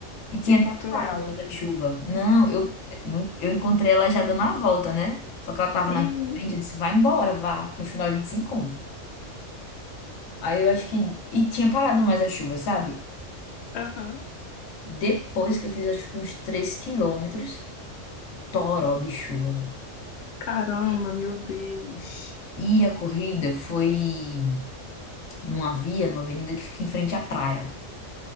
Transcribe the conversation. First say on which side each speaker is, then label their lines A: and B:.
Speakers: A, on the left; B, on the left.
A: E tinha
B: encontrou
A: tocado
B: ela.
A: mais a chuva. Não, eu, não- eu encontrei ela já dando a volta, né? Só que ela tava
B: Hum,
A: na minha frente. Eu disse, vai embora, vá. No final a gente se encontra. Aí eu acho que. E tinha parado mais a chuva, sabe?
B: aham.
A: Depois que eu fiz acho que uns 3 quilômetros, toró de chuva.
B: Caramba, meu Deus.
A: E a corrida foi numa via, numa avenida que fica em frente à praia.